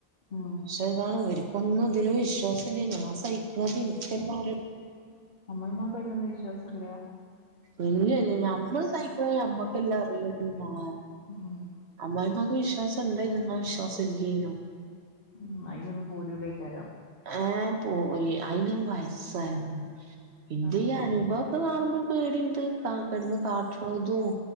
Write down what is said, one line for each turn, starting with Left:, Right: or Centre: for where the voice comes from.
Left: ആഹ്.
Right: ത് താണ് ഇവര്ക്കൊന്നും ഇതില് വിശ്വാസല്ല്യാ ഞാൻ സഹിക്ക്ണത് ഇനിക്കല്ലെറിയൂ
Left: അമ്മായ്മകൈലൊന്നും വിശ്വാസല്ല്യ.
Right: ഇല്ല ല്ല്യ ഞമ്മള് സഹിക്‌ണ ഞമ്മക്കെല്ലാ അറിയുള്ളു മാ
Left: മ്
Right: അമ്മായിമക്ക് വിശ്വാസണ്ടായ്നോ എന്നാൽ വിശ്വാസം ഇല്ല്യെനും
Left: മ് അയ്നൊന്നും പോരുലൈ കാരം.?
Right: ഏ പോവുയ്യ് അയിന് വയസ്സായതാണ് ഇന്റെ
Left: ആഹ്
Right: ഈ അനുഭവൊക്കെ കാണുമ്പോ പേടിണ്ട് <unintelligible> കട്ട്ണതും